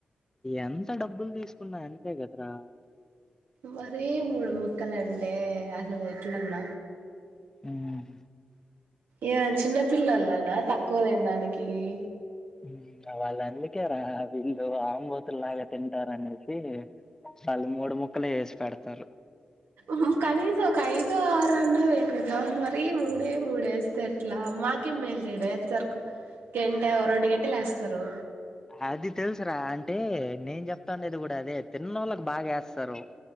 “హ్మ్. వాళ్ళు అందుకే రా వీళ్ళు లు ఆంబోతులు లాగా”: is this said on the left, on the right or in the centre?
Left